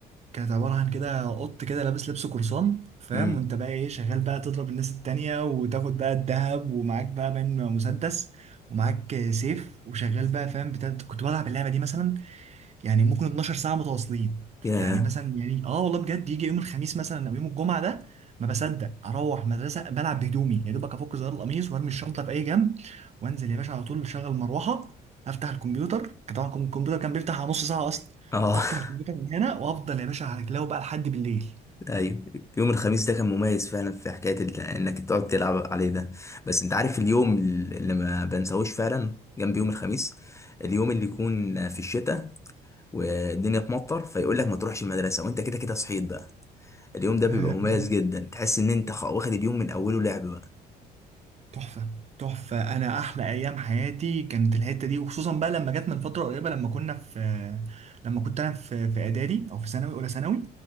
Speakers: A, on the right; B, on the left.
A: كانت عباره عن كده قط كده لابس لبس قرصان فاهم
B: امم
A: وانت بقى ايه شغال بقى تضرب الناس التانية وتاخد بقى الذهب ومعاك بقى بين مسدس ومعاك آه، سيف وشغال بقى فاهم بتاع كنت بلعب اللعبه دي مثلا يعني ممكن 12 ساعة متواصلين
B: يا
A: يعني مثلا يعني اه والله بجد يجي يوم الخميس مثلا او يوم الجمعة ده ما بصدق اروح مدرسة بلعب بهدومي يا دوبك افك زرار القميص وارمي الشنطة في اي جنب وانزل يا باشا على طول اشغل مروحة افتح الكمبيوتر كان طبعا الكمبيوتر كان بيفتح على نص ساعة اصلا
B: اه
A: افتح
B: <laughs>
A: الكمبيوتر من هنا وافضل يا باشا على رجلي بقى لحد بالليل
B: ايوه يوم الخميس ده كان مميز فعلا في حكايه ال- انك تقعد تلعب عليه ده بس انت عارف اليوم اللي ما بنساهوش فعلا جنب يوم الخميس اليوم اللي يكون في الشتاء والدنيا تمطر فيقول لك ما تروحش المدرسه وانت كده كده صحيت بقى اليوم ده
A: آم،
B: بيبقى مميز جدا تحس ان انت خ- واخد اليوم من اوله لعب بقى
A: تحفة تحفة أنا أحلى أيام حياتي كانت الحتة دي وخصوصا بقى لما جت من فترة قريبة لما كنا في لما كنت أنا في في إعدادي أو في ثانوي أولى ثانوي